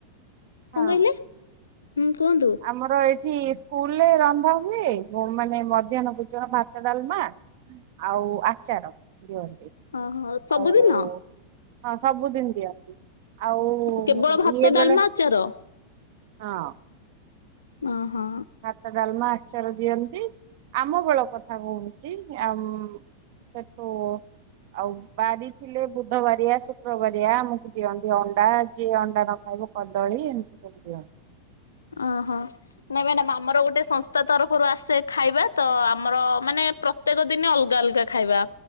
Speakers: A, on the left; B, on the right.
A: କଣ
B: ହଁ
A: କହିଲେ ହୁଁ କୁହନ୍ତୁ।
B: ଆମର ଏଠି ସ୍କୁଲ ରେ ରନ୍ଧା ହୁଏ ମାନେ ମଧ୍ୟାହ୍ନ ପୂଜନ ଭା ତ ଡାଲମା ଆଉ ଆଚାର ଦିଅନ୍ତି।
A: ଓହୋଉ ସବୁଦିନ
B: ଆଉ ହଁ ସବୁଦିନ ଦିଅନ୍ତି ଆଉ
A: କେବଳ ଭାତ
B: ଇଏ
A: ଡାଲମା
B: ବେଳେ
A: ଆଚାର
B: ହଁ
A: ଓଁ ହଁ
B: ଭାତ ଡାଲମା ଆଚାର ଦିଅନ୍ତି ଆମ ବେଳ କଥା କହୁଛି ଆ ସେଠୁ ଆଉ ବାରି ଥିଲେ ବୁଧବାରିଆ ଶୁକ୍ରବାରିଆ ଆମକୁ ଦିଅନ୍ତି ଅଣ୍ଡା ଯିଏ ଅଣ୍ଡା ନ ଖାଇବ କଦଳୀ ଏମିତି ସବୁ ଦିଅ
A: ଓହୋ ନାଇଁ ମ୍ୟାଡାମ ଆମର ଗୋଟେ ସଂସ୍ ତା ତରଫରୁ ଆସେ ଖାଇବା ତ ଆମର ମାନେ ପ୍ରତ୍ୟେକ ଦିନ୍ ଅଲଗା ଅଲଗା ଖାଇବା